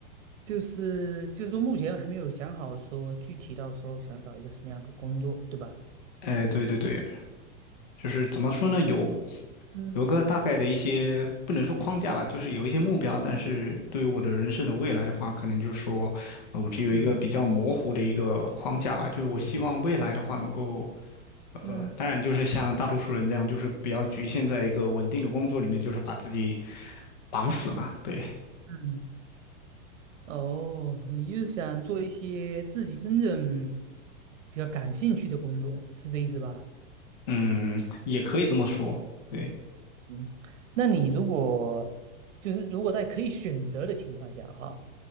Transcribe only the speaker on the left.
哎，对对对，就是怎么说呢？有
有个大概的一些，不能说框架吧，就是有一些目标，但是对于我的人生的未来的话，可能就是说，呃我只有一个比较模糊的一个框架吧，
就是我希望未来的话能够，呃，
当然就是像大多数人这样，就是不要局限在一个稳定的工作里面，就是把自己绑死嘛。对，
嗯，也可以这么说。对，